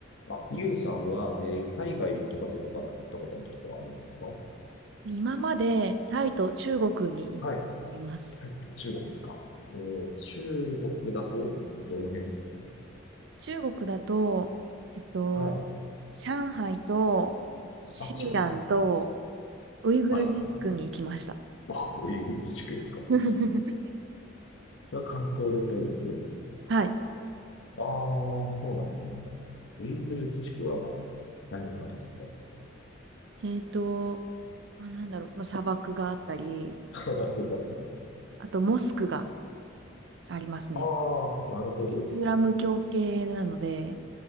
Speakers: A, on the left; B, on the right.
A: あ、ゆうさんは、えー海外とかどこから行ったことのところはありますか
B: 今までタイと中国に行ったことあります。
A: はい。タイと中国ですかおー、中国だと、どの辺ですか
B: 中国だと、えっと、
A: はい。
B: 上海と西安と
A: あ、上海。うん
B: ウイグル自治区に行きました。
A: はい、はい、はい。あ、ウイグル自治区ですか。
B: <laughs>
A: <laughs> が観光でどうする
B: はい。
A: ああー、そうなんですね。ウイグル自治区は何があるんですか
B: えっと、まあ、なんだろう、まあ、砂漠があったり、
A: <laughs> 砂漠だったり。
B: あとモスクがありますね。
A: ああ、なるほど。
B: イスラム教系なので、